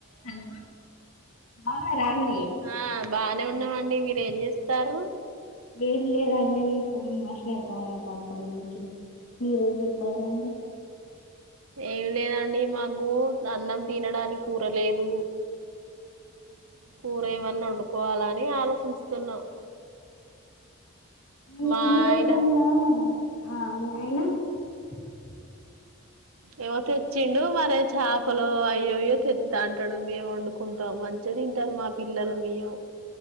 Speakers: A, on the left; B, on the right.
A: Hello బావున్నారా అండి
B: ఆ బానే ఉన్నామండీ మీరూ ఏం చేస్తారు.
A: ఏం లేదండి నేను ఫోన్ మాట్లాడతానండి అప్పటి నుంచి మీరేం చెతారండీ
B: ఏం లేదండి మాకు అన్నం తినడానికి కూర లేదు కూరేమన్నా వండుకోవాల అని ఆలోచిస్తున్నాం
A: ఉమ్
B: మా
A: నువ్వ
B: ఆయన
A: ఎప్పుడన్నా ఆ మీ ఆయన <inaudible>
B: ఎవరితు ఇంచ్చిండు మరి చేపలు అయ్యో అయ్యో తెస్తా అంటాడు మేము వండుకుంటాం మంచిగా తింటారు మాక్క పిల్లలు మేము